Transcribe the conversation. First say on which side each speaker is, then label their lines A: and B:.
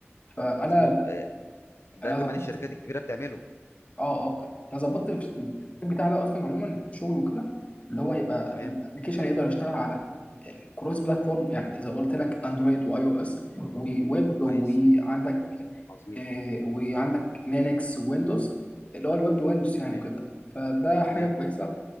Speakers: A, on the left; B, on the left.
A: فانا
B: مظبوط آه، ده
A: انا
B: كمان
A: ظبطت
B: الشركات الكبيرة بتعمله
A: اه اه انا ظبطت في التيم بتاع ده اصلا عموما في الشغل وكده اللي هو يبقى
B: تمام
A: الابلكيشن يقدر يشتغل على كروس بلاتفورم يعني اذا قلت لك اندرويد واي او اس وويب وعندك
B: كويس عظيم
A: آه، وعندك لينكس وويندوز اللي هو الويب ويندوز
B: تمام
A: يعني وكده فده حاجه
B: تمام
A: كويسه